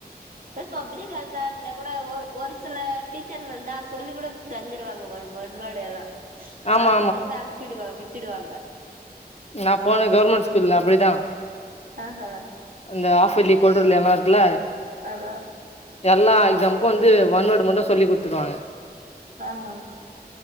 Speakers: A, on the right (about 60°); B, on the left (about 40°).
A: தோ பப்ளிக் எக்ஸாம்ல கூட ஒர் ஓரு சில டீச்சர் வந்தா சொல்லி கூட தந்துருவாங்க மேட ஓன்வேட் எல்லா
B: ஆமா
A: பாத்தத கூட அனுச்சு விட் திடுவாங்க
B: நான் போன கவர்மெண்ட் ஸ்கூல்ல அப்டிதான்
A: ஆஹா
B: இந்த ஆப்பர்லி குவாடர்லி எல்லாம் இல்ல
A: ஆமா
B: எல்லா எக்ஸாமுக்கும் வந்து ஒன் வேர்டு மட்டு சொல்லி கொடுத்துருவாங்க
A: ஆஹா